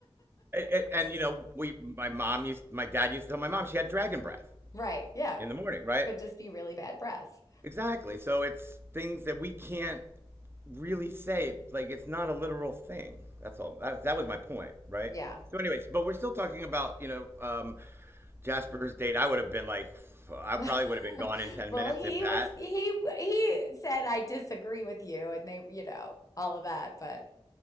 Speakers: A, on the right; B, on the left.
A: It, it, and you know, we my mom used my dad used to tell my mom she had dragon breath
B: Right. Yeah.
A: in the morning, right?
B: Could just be really bad breath.
A: Exactly. So it's things that we can't really say like it's not a literal thing. That's all. That, that was my point, right?
B: Yeah.
A: So, anyways, but we're still talking about you know um, Jasper's date. I would have been like, I probably
B: <laughs>
A: would have been gone in ten
B: Well,
A: minutes
B: he
A: if that.
B: was he he said I disagree with you and they, you know, all of that, but